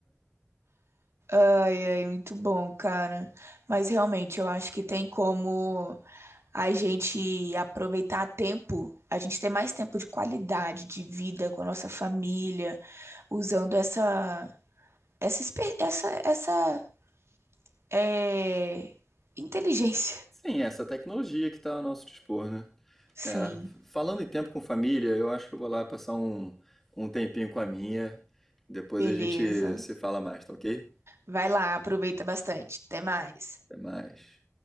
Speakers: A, on the right (about 70°); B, in the centre.
A: Ai, ai, muito bom, cara. Mas realmente, eu acho que tem como a gente aproveitar tempo, a gente ter mais tempo de qualidade de vida com a nossa família, usando essa essa esper- essa, essa é, inteligência.
B: Sim, é essa tecnologia que está ao nosso dispor, né?
A: <laughs> Sim,
B: É, falando em tempo com família, eu acho que eu vou lá passar um, um tempinho com a minha. Depois
A: beleza.
B: a gente se fala mais, tá ok?
A: Vai lá, aproveita bastante. Até mais.
B: Até mais.